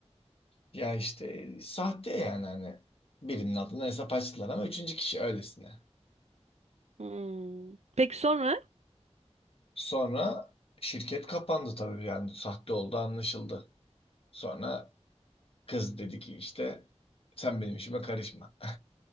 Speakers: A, on the left; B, on the right.
A: Ya işte e, sahte yani hani birinin adına hesap açtılar ama üçüncü kişi öylesine.
B: Hmm. Peki sonra?
A: Sonra şirket kapandı tabii yani sahte oldu anlaşıldı. Sonra kız dedi ki işte sen benim işime karışma.